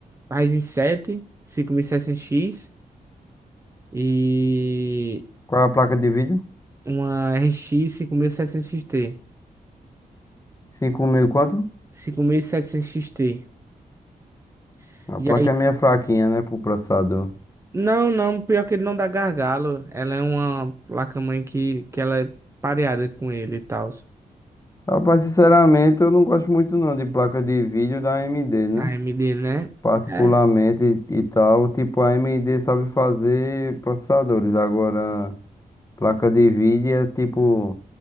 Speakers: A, on the right; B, on the left.
A: Ryzen 7, setecentos x E
B: Qual é a placa de vídeo?
A: Uma RX 5600 XT.
B: 5.000 e quanto?
A: 5700 XT. E setecentos X T.
B: A
A: E
B: placa
A: aí,
B: é meio fraquinha, né, pro processador.
A: não, não, pior que ele não dá gargalo. Ela é uma placa-mãe que, que ela é pareada com ele e tal.
B: Rapaz, sinceramente, eu não gosto muito não de placa de vídeo da AMD, né?
A: Da AMD, né?
B: particularmente
A: É,
B: e e tal, tipo a AMD sabe fazer processadores, agora placa de vídeo é tipo